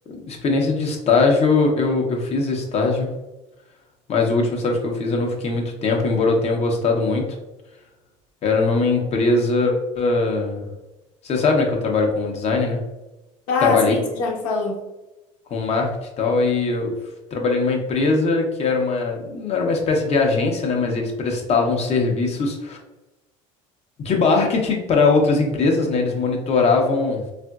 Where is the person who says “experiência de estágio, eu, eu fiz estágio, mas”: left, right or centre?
Left